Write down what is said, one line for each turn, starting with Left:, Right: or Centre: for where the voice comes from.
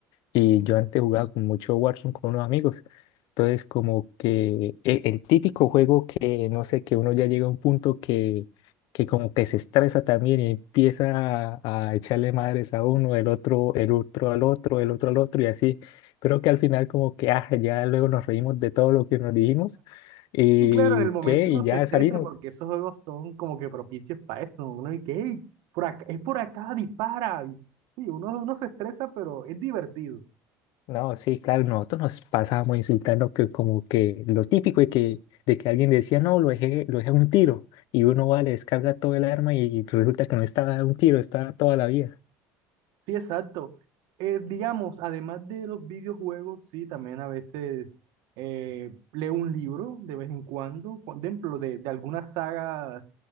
Left: Y yo antes jugaba con mucho Warzone con unos amigos. Entonces como que e- el, típico juego que, no sé, que uno ya llega a un punto que, que como que se estresa también y empieza a, a echarle madres a uno, el otro, el otro al otro, el otro al otro y así creo que al final como que ah, ya luego nos reímos de todo lo que nos dijimos y
Right: Sí, claro, en el momento
Left: qué, y
Right: uno se
Left: ya
Right: estresa
Left: salimos.
Right: porque esos juegos son como que propicios para eso. ¿no? Uno dice, hey, por acá, es por acá, dispara. Sí, uno, uno se estresa, pero es divertido.
Left: No, sí, claro, nosotros nos pasábamos insultando que como que lo típico de que, de que alguien decía, no, lo dejé, lo dejé a un tiro y uno va, le descarga todo el arma y resulta que no estaba a un tiro, estaba toda la vida.
Right: Sí, exacto. Eh, digamos, además de los videojuegos, sí, también a veces eh, leo un libro de vez en cuando, por ejemplo, de, de algunas sagas